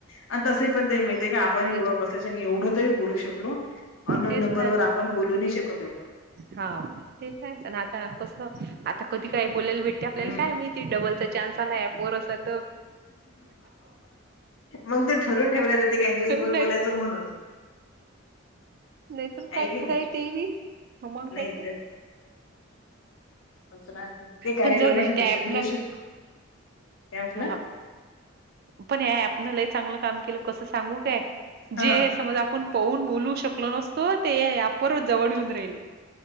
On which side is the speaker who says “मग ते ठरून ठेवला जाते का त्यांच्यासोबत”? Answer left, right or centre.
Left